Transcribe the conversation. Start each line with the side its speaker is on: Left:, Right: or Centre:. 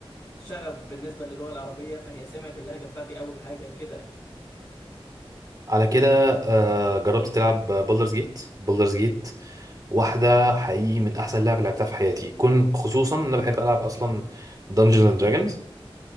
Left: شغف بالنسبة للغة العربية فهي سمعت اللهجة بتاعتي أول حاجة كده يعني
Right: على كده آه، جربت تلعب بولدرز جيت بولدرز جيت واحدة حقيقي من أحسن لعبة لعبتها في حياتي كن خصوصا إن أنا بحب ألعب أصلا دنجنز أند دراجونز